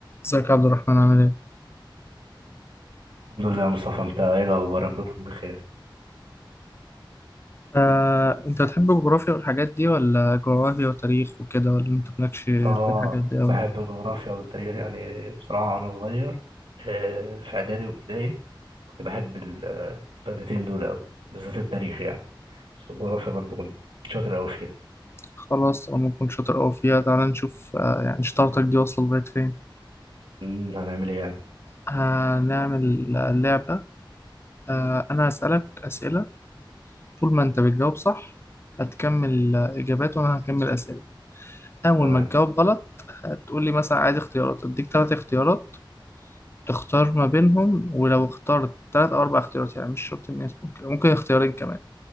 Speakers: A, on the left; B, on the right.
A: ازيك يا عبد الرحمن عامل ايه؟
B: الحمد لله يا مصطفى انت ايه الاخبار ربكم بخير
A: آه، انت بتحب الجغرافيا والحاجات دي ولا جغرافيا وتاريخ وكده ولا انت مالكش في
B: اه
A: الحاجات دي اوي؟
B: بحب الجغرافيا والتاريخ يعني بصراحه وانا صغير آه في اعدادي وابتدائي كنت بحب ال- آه، المادتين دول قوي بالذات التاريخ يعني بس الجغرافيا برضو كنت شاطر قوي فيها
A: خلاص طالما كنت شاطر اوي فيها تعالى نشوف آه يعني شطارتك دي واصلة لغاية فين؟
B: امم، هنعمل ايه يعني
A: هنعمل آه، لعبة آه انا هسألك اسئلة طول ما انت بتجاوب صح هتكمل آه، اجابات وانا هكمل اسئلة اول
B: تمام
A: ما تجاوب غلط هتقول لي مثلا عايز اختيارات اديك ثلاث اختيارات تختار ما بينهم ولو اخترت ثلاث او اربع اختيارات يعني مش شرط ان يكون- ممكن اختيارين كمان